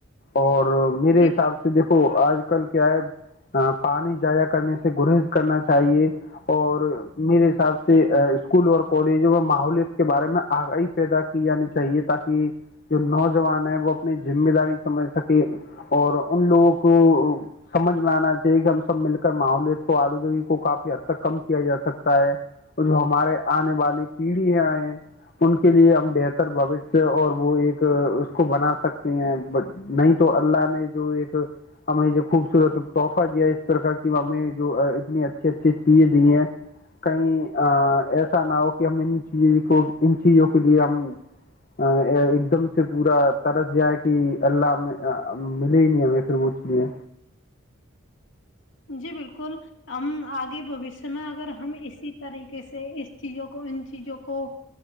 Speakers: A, on the left (about 45°); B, on the left (about 65°).
A: اور میرے
B: جی
A: حساب سے دیکھو آج ل کیا ہے پانی جایا کرنے سے گریہز کرنا چاہیے اور میرے حساب سے اسکول اور کالج اور ماحولت کے بارے میں آگاہی پیدا کی جانی چاہیے تاکہ جو نو وہ اپنی ذمے داری سمجھ سکے اور ان لوگوں کو سمجھ میں آنا چاہیے کہ ہم سب مل کر ماحوولت کو آلودگی کو کافی حد تک کم کیا جا سکتا ہے اور جو ہمارے آنے والی پیڑھی آیں ان کے لیے ہم بہتر بیہ اور وہ ایک کو بنا سکتے ہیں نہیں تو اللہ نے جو ایک ہمیں جو خوبصورت تحفہ دیا اس پرک کی ہمیں جو اتنی اچھی اچھی چیزیں دی ہیں کہیں ایسا نہ ہو کہ ہم ان چیز کو ان چیزوں کے لیے ہم ایک دم سے پورا طرس ج ہے کہ اللہ میں ملے ہی نہیں ہمیں پھر وہ چیزیں
B: جی بالکل ام آگے بوشیہ میں اگر ہم اسی طریقے سے چیزوں کو ان چیزوں کو